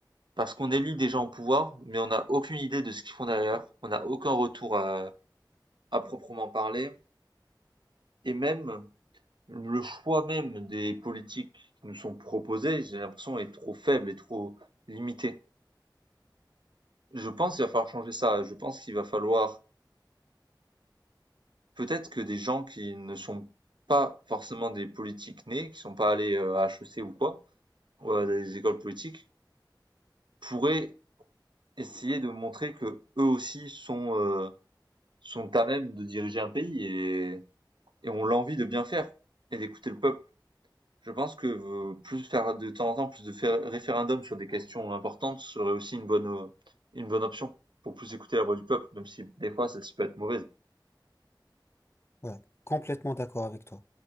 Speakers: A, on the right; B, on the left.
A: Parce qu'on élit des gens au pouvoir, mais on n'a aucune idée de ce qu'ils font derrière, on n'a aucun retour à, à proprement parler, et même le choix même des politiques qui nous sont proposées, j'ai l'impression, est trop faible et trop limité. Je pense qu'il va falloir changer ça, je pense qu'il va falloir Peut-être que des gens qui ne sont pas forcément des politiques nés, qui sont pas allés, heu, à HEC ou quoi, ou à des écoles politiques, pourraient essayer de montrer que eux aussi sont, heu, sont à même de diriger un pays et et ont l'envie de bien faire et d'écouter le peuple. Je pense que, heu, plus faire de temps en temps plus de faire référendums sur des questions importantes serait aussi une bonne, heu, une bonne option pour plus écouter la voix du peuple, même si des fois celle-ci peut être mauvaise.
B: ouais, complètement d'accord avec toi.